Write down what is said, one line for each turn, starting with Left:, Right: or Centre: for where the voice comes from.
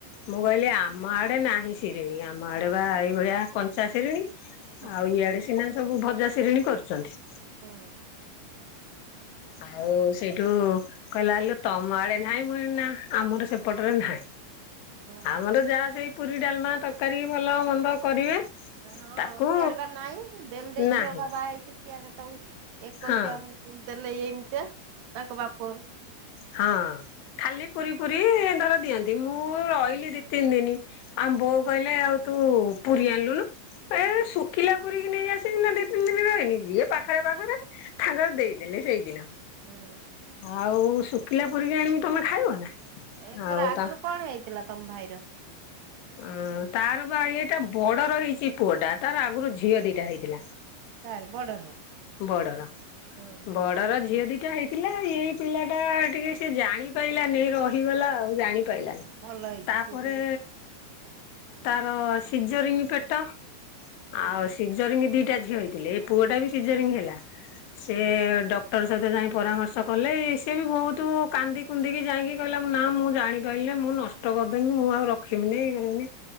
Left: ମୁଁ
Right: ହୁଁ
Left: କଇଲି ଆମ ଆଡେ ନାହିଁ ସିରିଣୀ ଆମ ଆଡେ ବା ଏଇଭଳିଆ କଞ୍ଚା ସିରିଣୀ।
Right: ହଁ
Left: ଆଉ ଇଆଡେ ସିନା ସବୁ ଭଜା ସିରିଣି କରୁଚନ୍ତି।
Right: ହଁ।
Left: ଆହୁ
Right: ଆଉ
Left: ସେଇଠୁ କୈଲା ଆଲୋ ତମ ଆଡେ ନାହିଁ, ମୁ କଇଲି ନା ଆମର ସେପଟରେ ନାହିଁ।
Right: ହଁ।
Left: ଆମର ଯାହା ସେଇ ପୁରୀ, ଡାଲମା, ତରକାରୀ, ଭଲ ମନ୍ଦ କରିବେ।
Right: ହଁ,
Left: ତାକୁ
Right: ସିଆଡେ ପା ନାଇଁ, ବେଲ ଦେଇ
Left: ନାହିଁ
Right: ଝିଅ ବା ବାହା ହେଇଚି ସିଆଡେ ସବୁ ଏକୋଶିଆ
Left: ହଁ
Right: ଦେଲେ ଏଇମିତିଆ ତାଙ୍କ ବାପରୁ
Left: ହଁ, ଖାଲି ପୁରୀ, ଫୁରି ଧର ଦିଅନ୍ତି, ମୁଁ ରହିଲି ଦି, ତିନ୍ ଦିନ୍। ଆମ୍ ବୋଉ କହିଲେ ଆଉ ତୁ ପୁରୀ ଆଣଲୁନୁ। ଏ ଶୁଖିଲା
Right: ହଁ
Left: ପୁରୀ କିି ନେଇ ଆସିବିନା ଦିତ୍ ତିନ୍ ଦିନ୍ ରହିନି ଯିଏ ପାଖରେ ପାଖରେ ଥାଙ୍କର ଦେଇଦେଲେ ସେଇଦିନ।
Right: ହଁ
Left: ଆଉ ଶୁଖିଲା ପୁରୀକି ଆଣିମି ତମେ ଖାଇବ ନା?
Right: ଏକେର
Left: ଆଉ
Right: ଆଗୁରୁ
Left: ତା
Right: କଣ ହେଇଥିଲା ତମ୍ ଭାଇର?
Left: ଅଁ, ତାର ବା ଏଇଟା ବଡର ହେଇଚି ପୁଅ ଟା, ତାର ଆଗୁରୁ ଝିଅ ଦିଟା ହେଇଥିଲା।
Right: କାର, ବଡର
Left: ବଡର,
Right: ହଁ
Left: ବଡର ଝିଅ ଦିଟା ହେଇ ଥିଲା, ଏଇ ପିଲା ଟା ଟିକେ ସିଏ ଜାଣି ପାଇଲାନେଇ ରହିଗଲା ଆଉ, ଜାଣିପାଇଲାନି।
Right: ଭଲ ହେଇଛି
Left: ତାପରେ
Right: ପୁଅଟେ ହେଇଛି
Left: ତାର ସିଜରିଙ୍ଗ୍ ପେଟ
Right: ହୁଁ
Left: ଆଉ ସିଜରିଙ୍ଗି ଦିଟା ଝିଅ ହେଇଥିଲେ, ଏ ପୁଅଟା ବି ସିଜରିଙ୍ଗି ହେଲା, ସେ
Right: ହଁ।
Left: ଡକ୍ ଡକ୍ଟର ସହିତ ଯାଇ ପରାମର୍ଶ କଲେ, ସିଏ ବି ଭୋହୁତୁ କାନ୍ଦି, କୁନ୍ଦିକି ଯାଇଁକି କହିଲା ନା ମୁ ଜାଣିପାଇଲନେଇ ମୁଁ ନଷ୍ଟ ଅଟ କରଦେମି ମୁଁ ଆଉ ରଖିମିନି, ଇଏ କରିମିନି।